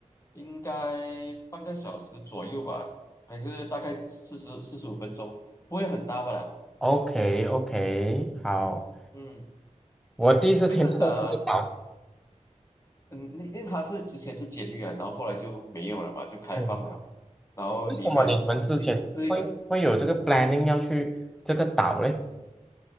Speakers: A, on the left; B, in the centre.
A: 应该半个小时左右吧，还是大概四十四十五分钟，不会很大吧啦？
B: ，OK OK，好，
A: 嗯，
B: 我第一次听过这个岛，
A: 就是呃，嗯，因因为它是之前是监狱啊，然后后来就没有了嘛，就开放了，
B: 嗯，
A: 然后里面呃其实是一个
B: 为什么你们之前会会有这个 planning 要去这个岛嘞？